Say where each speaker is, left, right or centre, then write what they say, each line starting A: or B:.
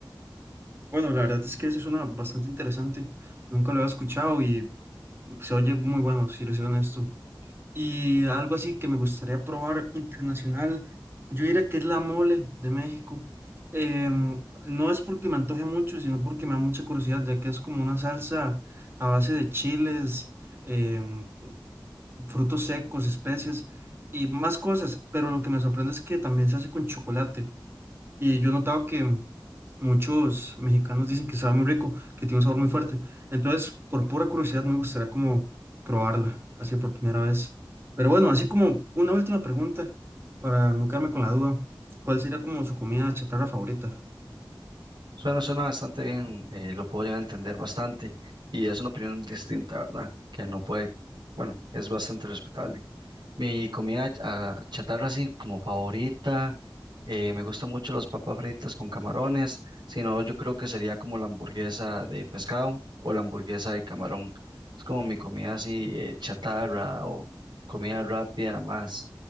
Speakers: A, on the right; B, on the right.
A: Bueno, la verdad es que ese suena bastante interesante. Nunca lo había escuchado y se oye muy bueno, si les soy honesto. Y algo así que me gustaría probar internacional, yo diría que es la mole de México. Em, no es porque me antoje mucho, sino porque me da mucha curiosidad, ya que es como una salsa a base de chiles, em, frutos secos, especias y más cosas. Pero lo que me sorprende es que también se hace con chocolate. Y yo he notado que Muchos mexicanos dicen que sabe muy rico, que tiene un sabor muy fuerte. Entonces, por pura curiosidad, me gustaría como probarla, así por primera vez. Pero bueno, así como una última pregunta, para no quedarme con la duda, ¿cuál sería como su comida chatarra favorita?
B: Suena, suena bastante bien, eh, lo puedo llegar a entender bastante y es una opinión distinta, ¿verdad? Que no puede, bueno, es bastante respetable. Mi comida ch- ah, chatarra así como favorita, eh, me gustan mucho las papas fritas con camarones, si no yo creo que sería como la hamburguesa de pescado o la hamburguesa de camarón. Es como mi comida así eh, chatarra o comida rápida más,